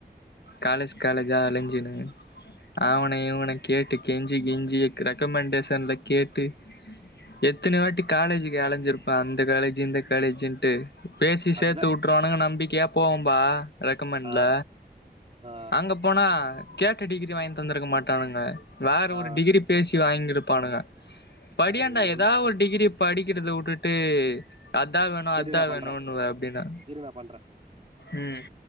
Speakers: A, on the left (about 75°); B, on the right (about 35°).
A: காலேஜ் காலேஜா அலஞ்சுனு அவன இவன கேட்டு கெஞ்சி கிஞ்சி ரெக்கமெண்டேஷன்ல கேட்டு எத்துன வாட்டி காலேஜுக் அலஞ்சிருப்ப அந்த காலேஜ் இந்த காலேஜுன் ட்டு பேசி
B: அதுதா
A: சேத்து உட்ருவானுங்கனு நம்பிக்கையா போவம்பா ரெக்கமெண்ட்ல
B: ஆ ஆ
A: அங்க போனா கேட்ட டிகிரி வாங்கி தந்திருக்க மாட்டானுங்க வேற
B: ஆ
A: ஒரு டிகிரி பேசி வாங்கிருப்பானுங்க படியாண்டா
B: அது ஒன்
A: எதாவ் ஒரு டிகிரிய படிக்கிறத உட்டுட்டு அதா வேணு
B: செரி
A: அதா
B: நா பண்றே
A: வேண்ணுனுவ அப்டின்னா
B: இரு நா பண்றே
A: ம்